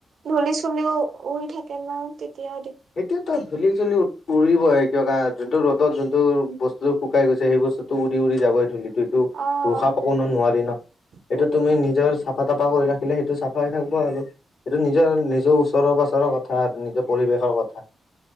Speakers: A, on the right (about 65°); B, on the left (about 70°).
A: ধূলি চুলিও উৰি থাকে ন। তেতিয়া
B: এতিয়া তাত ধূলি চুলী উৰিবই, কিয় যোনটো ৰ'দত যোনটো বস্তুতটো শুকাই গৈছে সেই বস্তুতটো উৰি উৰি যাবই ধূলিত। টোটো
A: অ'
B: ৰখাব কোনো নোৱাৰি ন।
A: উম।
B: এইটো তুমি নিজৰ চাফ চাফা তাফা কৰি ৰাখিলে সেইটো চাফাই থাকিব আৰু। সেইটো নিজৰ নিজৰ ওচৰ পাজৰৰ কথা আৰু নিজৰ পৰিৱেশৰ কথা।